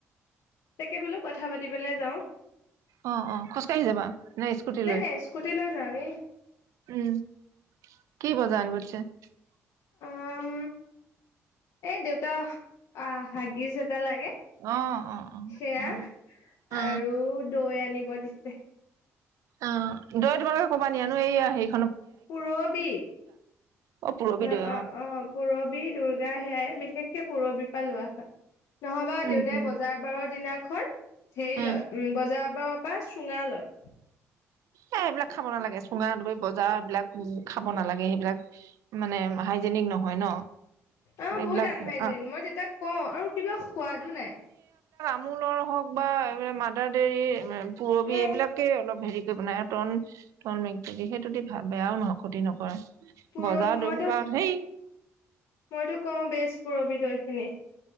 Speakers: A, on the left; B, on the right.
A: তাকে বোলো কথা পাতি পেলাই যাওঁ।
B: অ'-অ' খোজ কাঢ়ি যাবা? নে স্কুটি
A: নাই
B: লৈ?
A: নাই স্কুটি লৈ যাওঁ এই
B: উম, কি বজাৰ আনি <unintelligible>
A: অ' উম, এই দেউতা, আহ, হাগিজ এট এটা লাগে,
B: অ অ অ
A: সেয়া,
B: অ অ
A: আৰু দৈ আনিব ব দিছে।
B: অ', দৈ তোমালোকে ক'ৰ পৰা নিয়ানো এই ইয়া হেৰি?
A: পূৰৱী,
B: অ পূৰবী
A: ন
B: দৈ
A: অ' অ' পূৰৱী, দুৰ্গা, সেয়াই। বিশেষকে পূৰৱী পা লোৱা হয়। নহ'বা
B: উম
A: দেউতাই
B: উম।
A: বজাৰ বাৰৰ দিনাখন, হেৰি
B: এ
A: লয়, উম', বজাৰ বাৰৰ পৰা চুঙা লয়।
B: এ এইবিলাক খাব নালাগে, চুঙা দৈ বজাৰৰ এইবিলাক, খাব নালাগে, সেইবিলাক মানে হাইজেনিক নহয় ন।
A: অ'
B: এইবিলাক
A: বহুত আনহাইজেন,
B: আ
A: মই দেতাক কওঁ, আৰু কিবা সোৱাদো নাই।
B: আমোলৰ হওঁক বা এই মাদাৰ দেইৰি পূৰৱী
A: অ
B: এইবিলাকে অলপ হেৰি কৰি বনাই আৰু তন টন মে দি সেই যদি ভাবে, বেয়াও নহয়, ক্ষতি নকৰে।
A: পুৰ
B: বজাৰৰ
A: মইতো,
B: দৈসোপা সেই
A: মইতো কওঁ বেছ। পুৰৱী দৈখিনি।